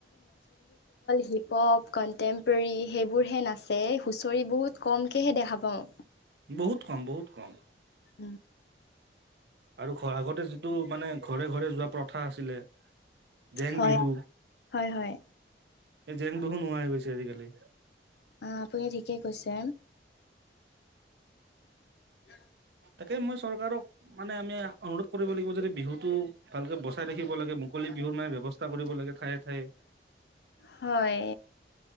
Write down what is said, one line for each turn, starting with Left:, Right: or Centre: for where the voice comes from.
Left: হিপপ কনটেম্পৰেৰী সেইবোৰহে নাচে হুঁচৰি বহুত কমকেহে দেখা পাওঁ
Right: বহুত কম বহুত কম
Left: উম
Right: আৰু খ আগতে যিটো মানে ঘৰে ঘৰে যোৱা প্ৰথা আছিলে জেং
Left: হয়
Right: বিহু
Left: হয় হয়
Right: এই জেং বিহু নোহোৱা হৈ গৈছে আজিকালি
Left: আহ আপুনি ঠিকে কৈছে উ
Right: তাকে মই চৰকাৰক মানে আমি অনুৰোধ কৰিব লাগিব যে বিহুটো ভালকে বচাই ৰাখিব লাগে মুকলি বিহুৰ মে ব ব্যৱস্থা কৰিব লাগে ঠায়ে ঠায়ে।
Left: হয়